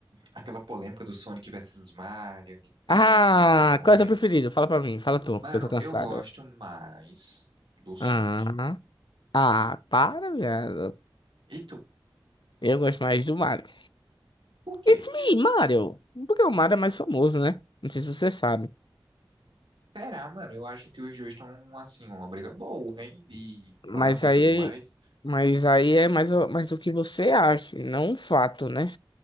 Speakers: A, on the right; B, on the left.
A: aquela polêmica do Sonic versus Mario, Nintendo
B: Ah,
A: e tudo mais.
B: qual é o teu preferido? Fala pra mim, fala tu,
A: Mano,
B: que eu tô cansado.
A: eu gosto mais do Sonic.
B: Ah, ah, para, viado.
A: E tu?
B: Eu gosto mais do Mario.
A: Por quê?
B: It's me, Mario. Porque o Mario é mais famoso, né? Não sei se você sabe.
A: Será, mano? Eu acho que os dois estão, assim, uma briga boa, hein? De
B: Mas
A: fama e
B: aí,
A: tudo mais.
B: mas aí é mais, o- mais o que você acha, e não um fato, né?